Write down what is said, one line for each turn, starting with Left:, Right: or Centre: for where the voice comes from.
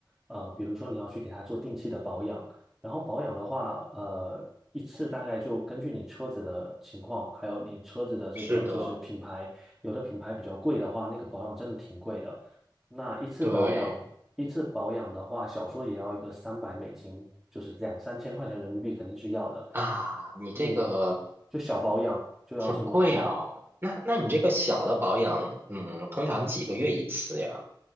Centre: 呃，比如说你要去给它做定期的保养，然后保养的话，呃，一次大概就根据你车子的情况，还有你车子的这个就是品牌，
Right: 是的，
Centre: 有的品牌比较贵的话，那个保养真的挺贵的。那一次保养，
Right: 对。
Centre: 一次保养的话，少说也要一个三百美金，就是两三千块钱人民币肯定是要的。
Right: 啊，你这个
Centre: 嗯，就小保养就要这么多，
Right: 挺贵啊，那那你这个小的保养，嗯，通常几个月一次呀？